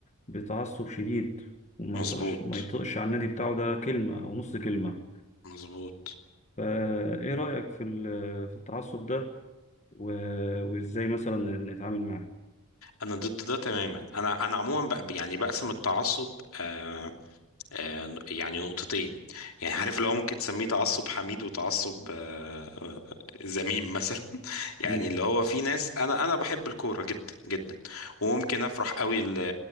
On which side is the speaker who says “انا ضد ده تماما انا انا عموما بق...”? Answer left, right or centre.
Left